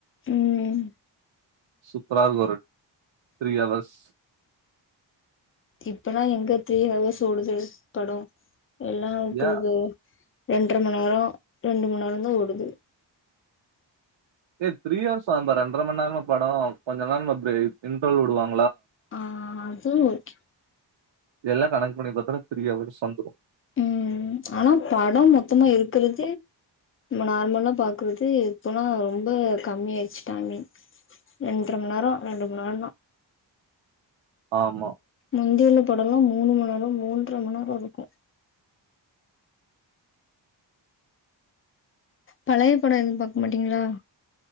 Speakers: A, on the left; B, on the right.
A: ம்
B: சூப்பராருக்கு ஒரு த்ரீ அவர்ஸ்
A: இப்பலா எங்க த்ரீ ஹவர்ஸ் ஓடுது படம் எல்லாம் உட்டுது
B: ஏ
A: ரெண்டரமண் நேரம் ரெண்டுமண் நேரம் தான் ஓடுது
B: ஏ த்ரீ அவர்ஸ் ஆகும்பா ரெண்டரமண் நேரமா படம் கொஞ்சம் நேரமா பிரே இன்டர்வல் உடுவாங்
A: ஆ அதும் குட்
B: இதெல்லாம் கணக்கு பண்ணி பாத்தாலே த்ரீ ஹவர்ஸ் வந்துரும்
A: ம் ஆனா படம் மொத்தமா இருக்கிறதே நம்ம நார்மல்லா பாக்கறகு இப்பெல்லாம் ரொம்ப கம்மிய ஆயிச்சிதானே ரெண்டர மணி நேரம் ரெண்டு மணி நேரம் தான்
B: ஆமா
A: முந்தியுள்ள படலாம் மூணு மந்நேரம் மூன்ற மந்நேரம் இருக்கும் பழைய படம் எதுவும் பாக்க மாட்டீங்களா